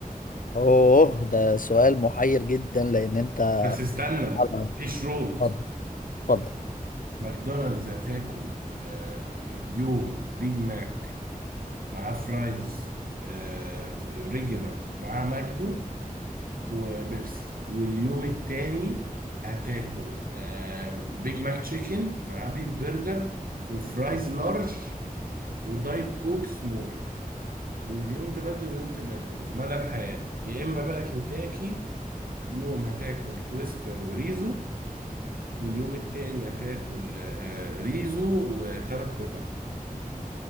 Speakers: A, on the left; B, on the right.
A: اوه ده سؤال محير جدا لان انت
B: بس استنى
A: على-
B: في شروط
A: اتفضل اتفضل
B: ماكدونالدز هتاكل آه، يوم بيج ماك مع فرايز آه، ريجولار مع ماجدو وبيبسي واليوم التاني هتاكل آه، بيج ماك تشيكن مع بيف برجر وفرايز لارج ودايت كوك سمول ويوم تبدل ويوم تبدل مدى الحياة يا إما بقى كنتاكي يوم هتاكل تويستر وريزو واليوم التاني هتاكل آه، ريزو وثلاث قطع